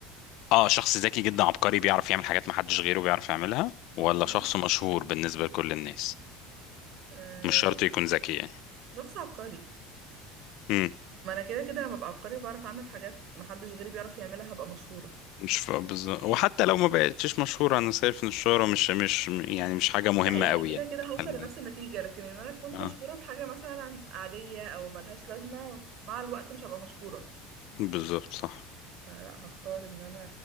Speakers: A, on the left; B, on the right.
A: اه شخص ذكي جدا عبقري بيعرف يعمل حاجات محدش غيره بيعرف يعملها
B: اوكي
A: ولا شخص مشهور بالنسبة لكل الناس
B: آه
A: مش شرط
B: شخص
A: يكون ذكي يعني
B: شخص عبقري
A: امم
B: ما انا كده كده لما ابقى عبقري بعرف اعمل حاجات محدش غيري بيعرف يعملها هبقى مشهورة
A: مش ف- بالظبط وحتى لو ما بقتش مشهورة أنا شايف إن الشهرة مش مش يعني مش حاجة مهمة
B: لا يعني
A: قوي
B: كده
A: يعني
B: كده هوصل
A: خلينا-
B: لنفس النتيجة لكن ان انا اكون
A: اه
B: مشهورة بحاجة مثلا عادية او ملهاش لازمة مع الوقت مش هبقى مشهورة
A: بالظبط صح
B: لا هختار ان انا